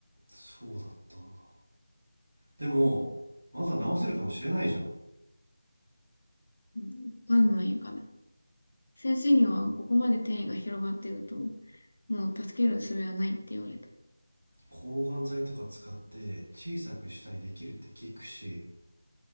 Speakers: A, on the right (about 65°); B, on the left (about 60°).
A: そうだったんだでもまだ治せるかもしれないじゃん
B: うん、わかんないかな。先生にはここまで転移が広がってると、もう助ける術はないって言われた。
A: 抗がん剤とか使って小さくしたりできるって聞くし